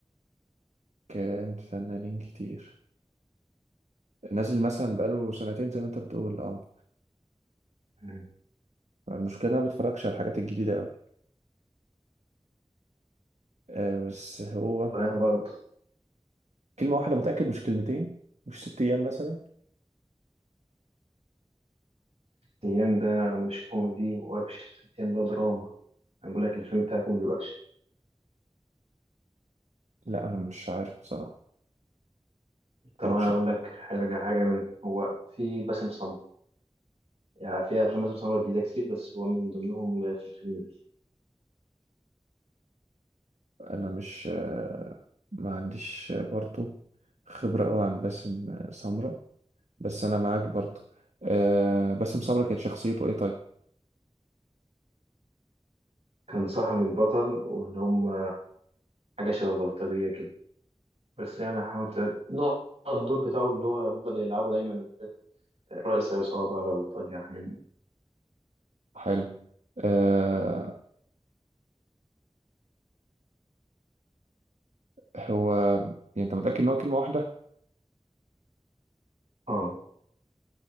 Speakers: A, on the right; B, on the right.
A: كان فنانين كتير نازل مثلا بقاله سنتين زي ما انت بتقول اه
B: مم.
A: المشكلة انا ما بتفرجش على الحاجات الجديدة أوي آه بس هو
B: وأنا برضه
A: كلمة واحدة متأكد مش كلمتين مش ست أيام مثلا
B: الأيام ده مش كوميدي وأكشن الأيام ده دراما أنا بقول لك الفيلم بتاعي كوميدي وأكشن
A: لا أنا مش عارف بصراحة متفرجش
B: طب أنا أقول لك حاجة حاجة من هو في باسم سمرة يعني في أفلام باسم سمرة جديدة كتير بس هو من ضمنهم في الفيلم ده
A: أنا مش آه ما عنديش آه، برضو خبرة أوي عن باسم آه، سمرة بس أنا معاك برضو آه باسم سمرة كانت شخصيته إيه طيب
B: كان صاحب البطل واللي هم حاجة شبه بلطجية كده بس يعني حاولت نوع الدور بتاعه اللي هو بيفضل يلعبه دايما رئيس عصابة على بلطجية على الحاجات دي
A: حلو آه، هو يعني انت متأكد ان هو كلمة واحدة
B: اه